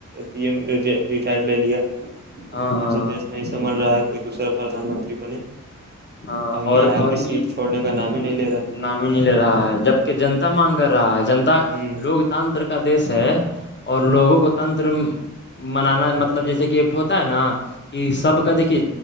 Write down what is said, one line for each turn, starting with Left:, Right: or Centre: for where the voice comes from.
Right: پی ایم ر ریٹائرڈ لے لیا
Left: ہاں ہاں
Right: ہم سے دیش نہیں سبل رہا ہے کوئی دوسرا پردان منتری بنے
Left: ہاں ہاں
Right: اب
Left: اور
Right: یہاں ہے
Left: اور
Right: کہ سیٹ چھوڑنے کا نام ہی نہیں لے رہا
Left: نام ہی نہیں لے رہا ہے جبک جنتا مانگ کر رہا ہے جنتا
Right: ہے
Left: لوک تانتر کا دیش ہے
Right: ہ
Left: اور لوگوں کو تنتر منانا مطلب جیسے کہ ایکٹ ہوتا ہے نا کہ سب کا دیکھیے